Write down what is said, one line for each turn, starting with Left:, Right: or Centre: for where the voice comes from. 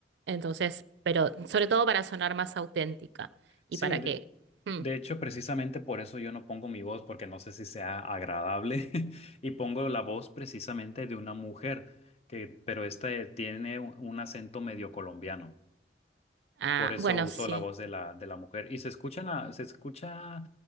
Right: entonces, pero sobre todo para sonar más auténtica
Left: Sí,
Right: y para
Left: de,
Right: que... mm,
Left: de hecho, precisamente por eso yo no pongo mi voz, porque no sé si sea agradable, <laughs> y pongo la voz precisamente de una mujer, que, pero esta tiene un un acento medio colombiano.
Right: ah,
Left: Por eso
Right: bueno,
Left: uso
Right: sí,
Left: la voz de la, de la mujer. Y se escucha, na- se escucha